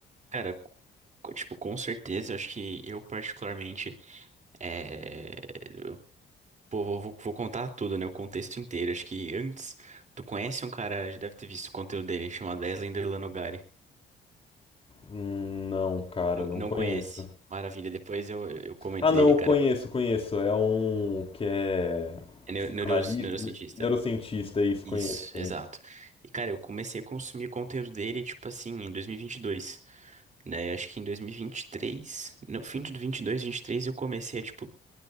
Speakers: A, on the right; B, on the left.
A: Cara, Co- Tipo, com certeza, acho que eu particularmente, é... eu- Pô, vou, vou- vou contar tudo, né? O contexto inteiro. Acho que antes, tu conhece um cara, já deve ter visto o conteúdo dele, chamado Eslen Derlanogari.
B: Hum, Não, cara,
A: Não,
B: não
A: não
B: conheço.
A: conhece. Maravilha, depois eu, eu comento
B: Ah, não,
A: dele, cara.
B: conheço, conheço. É um que é
A: É neu-
B: psicanalista,
A: neuro- neurocientista.
B: neurocientista, isso,
A: Isso,
B: conheço, conheço.
A: exato. E, cara, eu comecei a consumir conteúdo dele, tipo assim, em dois mil e e vinte e dois né? Eu acho que em dois mil e e vinte e três no fim de dois e vinte vinte e três eu comecei a, tipo,